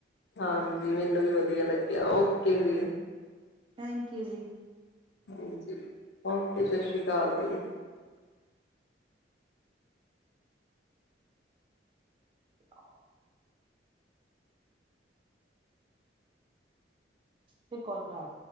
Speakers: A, on the left; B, on the right.
A: ਹਾਂਜੀ, ਮੈਨੂੰ ਵੀ ਵਧੀਆ ਲੱਗਿਆ ਓਕੇ ਜੀ।
B: ਥੈਂਕਯੂ ਜੀ।
A: ਹਾਂਜੀ, ਓਕੇ ਸਤ ਸ੍ਰੀ ਅਕਾਲ ਜੀ।
B: ਆਹ ਫਿਰ ਕਾੱਲ ਖਰਾਬ